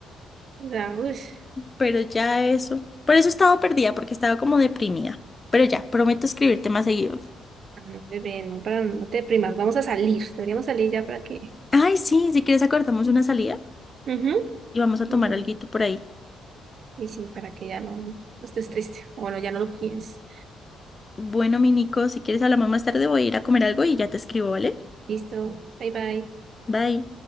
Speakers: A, on the right (about 55°); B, on the left (about 25°).
A: Ya, ush.
B: pero ya eso. Por eso estaba perdida, porque estaba como deprimida. Pero ya, prometo escribirte más seguido.
A: Ah, no, bebé, no, para, no te deprimas, vamos a salir, deberíamos salir ya para que...
B: Ay, sí, si quieres acordamos una salida
A: Ujú.
B: y vamos a tomar
A: Y, ya-
B: alguito por ahí.
A: y sí, para que ya no, no estés triste, o bueno, ya no lo pienses.
B: Bueno, mi Nico, si quieres hablamos más tarde, voy a ir a comer algo y ya te escribo, ¿vale?
A: Listo, bye bye.
B: Bye.